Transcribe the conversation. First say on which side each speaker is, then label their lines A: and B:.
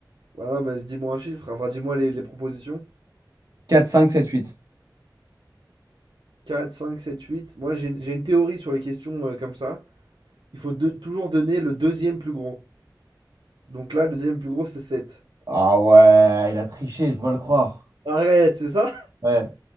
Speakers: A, on the right; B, on the right.
A: bah non, mais dis-moi un chiffre. Enfin, dis-moi les, les propositions.
B: quatre cinq sept huit
A: Quatre, cinq, sept, huit. Moi, j'ai j'ai une théorie sur les questions euh, comme ça. Il faut deux- toujours donner le deuxième plus gros. Donc là, le deuxième plus gros, c'est 7.
B: Ah ouais, il a triché, je dois le croire.
A: Arrête, c'est ça?
B: Ouais.